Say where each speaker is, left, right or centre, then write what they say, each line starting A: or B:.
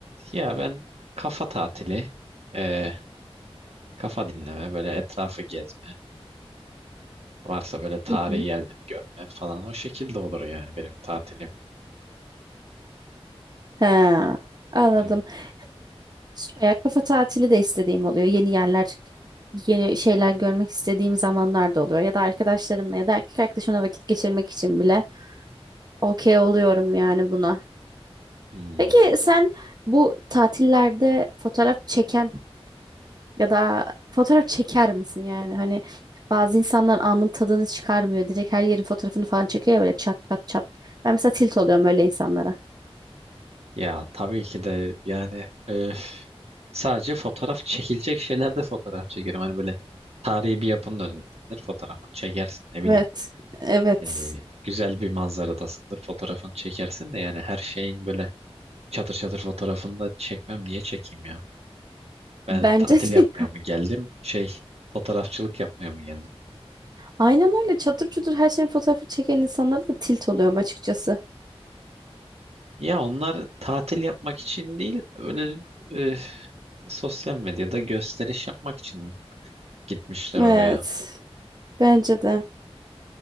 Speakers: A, on the right; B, on the right.
A: Ya ben kafa tatili, e, kafa dinleme, böyle etrafı gezme. Varsa böyle tarihi
B: Hı hı.
A: yerleri görme falan. O şekilde olur yani benim tatilim.
B: Ha, anladım.
A: Hani,
B: Şöyle kafa tatili de istediğim oluyor. Yeni yerler, yeni şeyler görmek istediğim zamanlar da oluyor. Ya da arkadaşlarımla ya da erkek arkadaşımla vakit geçirmek için bile okey oluyorum yani buna.
A: hmm.
B: Peki sen bu tatillerde fotoğraf çeken ya da fotoğraf çeker misin yani? Hani bazı insanlar anın tadını çıkarmıyor. Direkt her yerin fotoğrafını falan çekiyor ya böyle çat çat çat. Ben mesela tilt oluyorum öyle insanlara.
A: Ya tabii ki de yani öf, sadece fotoğraf çekilecek şeylerde fotoğraf çekerim. Hani böyle tarihi bir yapının önündesindir fotoğrafını çekersin ne bileyim.
B: Evet, evet.
A: Ee, güzel bir manzaradasındır fotoğrafını çekersin de yani her şeyin böyle çatır çatır fotoğrafını da çekmem niye çekeyim ya? Ben
B: Bence
A: tatil yapmaya
B: de <laughs>
A: mı geldim şey fotoğrafçılık yapmaya mı geldim?
B: Aynen öyle çatır çutur her şeyin fotoğrafı çeken insanlara da tilt oluyorum açıkçası.
A: Ya onlar tatil yapmak için değil öyle e, sosyal medyada gösteriş yapmak için gitmişler
B: Evet.
A: oraya.
B: Bence de.